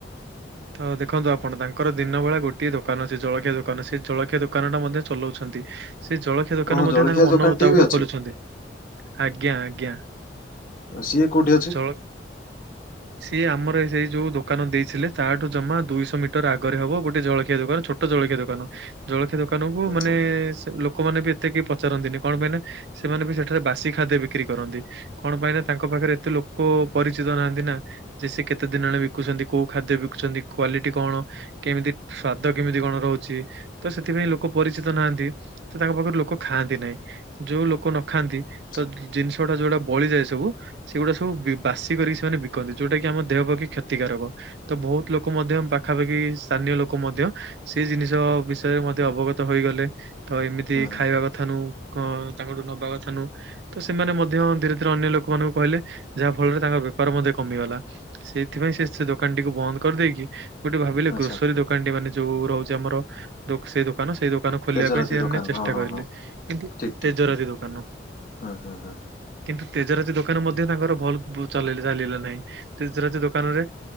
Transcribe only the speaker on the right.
ତ ଦେଖନ୍ତୁ ଆପଣ ତାଙ୍କର ଦିନବେଳା ଗୋଟିଏ ଦୋକାନ ଅଛି ଜଳଖିଆ ଦୋକାନ ସେ ଜଳଖିଆ ଦୋକାନଟା ମଧ୍ୟ ଚଲାଉଛନ୍ତି। ସେ ଜଳଖିଆ ଦୋକାନ
ମଧ୍ୟ
ତାଙ୍କ ମନ
ମୁତାବକ
ଖୋଲୁଛନ୍ତି ଆଜ୍ଞା ଆଜ୍ଞା।
ଜଳ ସିଏ ଆମର ସେଇ ଯୋଉ ଦୋକାନ ଦେଇଥିଲେ। ତାଠୁ ଜମା ଦୁଇଶହ ମିଟର ଆଗରେ ହବ ଗୋଟେ ଜଳଖିଆ ଦୋକାନ ଛୋଟ ଜଳଖିଆ ଦୋକାନ। ଜଳଖିଆ ଦୋକାନକୁ
ମାନେ ସେ ଲୋକମାନେ ବି ଏତେ କେହି ପଚାରନ୍ତିନି କଣ ପାଇଁ ନା ସେମାନେ ବି ସେଠାରେ ବାସି ଖାଦ୍ୟ ବିକ୍ରି କରନ୍ତି। କଣ ପାଇଁ ନା ତାଙ୍କ ପାଖରେ ଏତେ ଲୋକ ପରିଚିତ ନାହାନ୍ତି ନା। ଯେ ସେ କେତେ ଦିନ ହେଲାଣି ବିକୁଛନ୍ତି କୋଉ ଖାଦ୍ୟ ବିକୁଛନ୍ତି କ୍ଵାଲିଟି କଣ? କେମିତି ସ୍ଵାଦ କେମିତି କଣ ରହୁଛି ତ ସେଥିପାଇଁ ଲୋକ ପରିଚିତ ନାହାନ୍ତି। ତ ତାଙ୍କ ପାଖରୁ ଲୋକ ଖାଆନ୍ତି ନାହିଁ ଯୋଉ ଲୋକ ନ ଖାଆନ୍ତି
ତ
ଜିନିଷ ଟା ଯୋଉଟା ବଳିଯାଏ ସବୁ ସେଗୁଡା ସବୁ ବାସି କରିକି ସେମାନେ ବିକନ୍ତି ଯୋଉଟା କି ଆମ ଦେହ ପକ୍ଷେ କ୍ଷତିକାରକ। ତ ବହୁତ ଲୋକ ମଧ୍ୟ, ପାଖାପାଖି ସ୍ଥାନୀୟ ଲୋକ ମଧ୍ୟ ସେ ଜିନିଷ ବିଷୟରେ ମଧ୍ୟ ଅବଗତ ହୋଇଗଲେ, ତ ଏମିତି
ଖାଇବା
କଥା ନୁହେଁ। କ ତାଙ୍କ ଠୁ ନବା କଥା ନୁହଁ। ତ ସେମାନେ ମଧ୍ୟ ଧୀରେ ଧୀରେ ଅନ୍ୟ ଲୋକମାନଙ୍କୁ କହିଲେ, ଯାହା ଫଳରେ ତାଙ୍କର ବେପାର ମଧ୍ୟ କମିଗଲା। ସେଇଥିପାଇଁ ସେ ସେ ଦୋକାନଟିକୁ ବନ୍ଦ କରିଦେଇକି ଗୋଟେ ଭାବିଲେ
ଗ୍ରୋସରୀ ଦୋକାନଟି ମାନେ ଯୋଉ ରହୁଛି ଆମର ଦୋ ସେ ଦୋକାନ, ସେଇ ଦୋକାନ ଦୋକାନ ଖୋଲିବା
ପାଇଁ ସେମାନେ
ଚେଷ୍ଟା
କରିଲେ,
କିନ୍ତୁ
ତେଜରାତି
ଦୋକାନ।
କିନ୍ତୁ ତେଜରାତି ଦୋକାନ ମଧ୍ୟ ତାଙ୍କର ଭଲ ଚଲେଇଲେ ଚାଲିଲା ନାହିଁ। ତେଜରାତି ଦୋକାନ ରେ